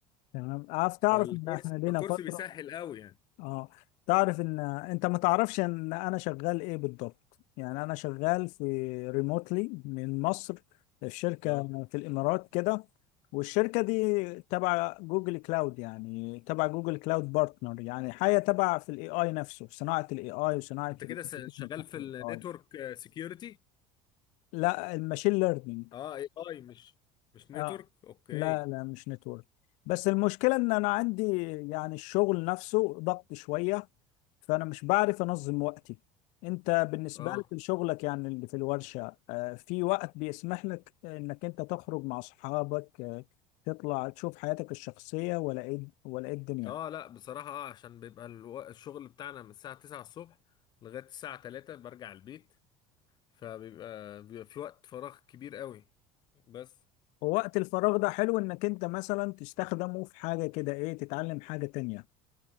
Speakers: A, on the left; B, on the left.
A: تمام عارف تعرف
B: فالكورس
A: ان احنا لينا
B: الكورس
A: فتره
B: بيسهل قوي يعني
A: اه تعرف ان انت ما تعرفش ان انا شغال ايه بالضبط يعني انا شغال في ريموتلي من مصر في شركة
B: اه
A: في الامارات كده والشركة دي تبع جوجل كلاود يعني تبع جوجل كلاود بارتنر يعني حاجة تبع في الاي اي نفسه صناعة الاي اي وصناعة
B: انت
A: الابلكيشن
B: كده س- شغال
A: بتاع
B: في
A: الاي
B: النتورك
A: اي
B: سكيورتي
A: لا الماشين ليرنينج
B: اه اي اي مش مش نتورك
A: اه
B: اوكي
A: لا لا مش نتورك بس المشكلة ان انا عندي يعني الشغل نفسه ضغط شوية فانا مش بعرف انظم وقتي انت بالنسبة
B: اه
A: لك لشغلك يعني اللي في الورشة آه، في وقت بيسمح لك انك انت تخرج مع اصحابك آه، تطلع تشوف حياتك الشخصية ولا ايه ولا ايه الدنيا
B: اه لا بصراحة اه عشان بيبقى الو- الشغل بتاعنا من الساعة 9 الصبح لغاية الساعة 3 برجع البيت فبيبقى بيبقى في وقت فراغ كبير قوي بس
A: ووقت الفراغ ده حلو انك انت مثلا تستخدمه في حاجة كده ايه تتعلم حاجة تانية